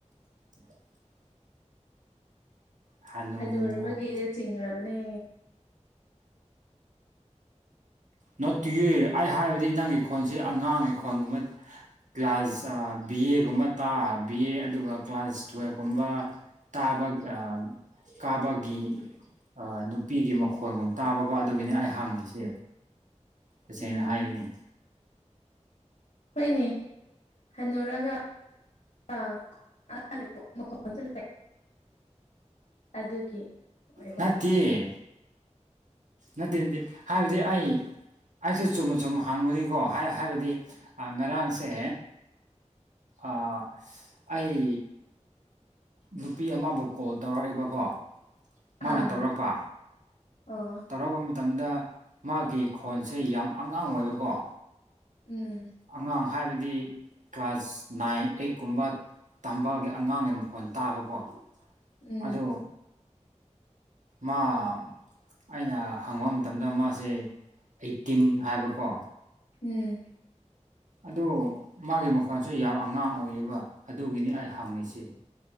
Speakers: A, on the right; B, on the left.
A: <inaudible> ꯍꯅꯨ
B: ꯍꯟꯅꯨꯨꯔꯕꯒꯤꯗ ꯆꯤꯡꯔꯥꯕꯅꯦ
A: ꯅꯠꯇꯤꯌꯦ ꯑꯩ ꯍꯥꯏꯕꯗꯤ ꯅꯪꯒꯤ ꯈꯣꯟꯁꯤ ꯑꯉꯥꯡꯒꯤ ꯈꯣꯟꯒꯨꯝꯕ ꯀ꯭ꯂꯥꯁ ꯕꯤ ꯑꯦꯒꯨꯝꯕ ꯇꯥ ꯕꯤ ꯑꯦ ꯑꯗꯨꯒ ꯀ꯭ꯂꯥꯁ ꯇꯨꯋꯦꯜꯐꯀꯨꯝꯕ ꯇꯥꯕꯒꯤ ꯑꯥ ꯀꯥꯕꯒꯤ ꯅꯨꯄꯤꯒꯤ ꯃꯈꯣꯟꯒꯨꯝ ꯇꯥꯕꯀꯣ ꯑꯗꯨꯒꯤꯅꯤ ꯑꯩ ꯍꯥꯡꯉꯤꯁꯤ ꯇꯥꯁꯦꯡꯅ
B: ꯎꯝ
A: ꯍꯥꯏꯕꯅꯤ
B: ꯍꯣꯏꯅꯦ ꯍꯟꯅꯨꯔꯒ <unintelligible> ꯑꯗꯨꯒꯤ ꯑꯣꯏꯕ
A: ꯅꯠꯇꯤꯌꯦ ꯅꯠꯇꯦ ꯅꯠꯇꯦ ꯍꯥꯏꯕꯗꯤ ꯑꯩ ꯑꯩꯁꯨ ꯆꯨꯝꯅ ꯆꯨꯝ ꯍꯪꯕꯅꯤꯀꯣ ꯍꯥꯏꯕꯗꯤ ꯉꯔꯥꯡꯁꯦ ꯑ ꯑꯩ ꯅꯨꯄꯤ ꯑꯃꯕꯨ ꯀꯣꯜ ꯇꯧꯔꯛꯏꯕꯀꯣ ꯃꯥꯅ
B: ꯑꯥ
A: ꯇꯧꯔꯛꯄ
B: ꯑꯣ
A: ꯇꯧꯔꯛꯄ ꯃꯇꯝꯗ ꯃꯥꯒꯤ ꯈꯣꯟꯁꯦ ꯌꯥꯝ ꯑꯉꯥꯡ ꯑꯣꯏꯕꯀꯣ
B: ꯎꯝ
A: ꯑꯉꯥꯡ ꯍꯥꯏꯕꯗꯤ ꯀ꯭ꯂꯥꯁ ꯅꯥꯏꯟ ꯑꯩꯠ ꯀꯨꯝꯕ ꯇꯝꯕꯒꯤ ꯑꯉꯥꯡꯒꯤ ꯃꯈꯣꯟ ꯇꯥꯕꯀꯣ
B: ꯎꯝ
A: ꯑꯗꯨ ꯃꯥ ꯑꯩꯅ ꯍꯪꯕ ꯃꯇꯝꯗ ꯃꯥꯁꯦ ꯑꯩꯇꯤꯟ ꯍꯥꯏꯕꯀꯣ
B: ꯎꯝ
A: ꯑꯗꯨ ꯃꯥꯒꯤ ꯃꯈꯣꯟꯁꯨ ꯌꯥꯝ ꯑꯉꯥꯡ ꯑꯣꯏꯌꯦꯕ ꯑꯗꯨꯒꯤꯅꯤ ꯑꯩꯅ ꯍꯪꯉꯤꯁꯤ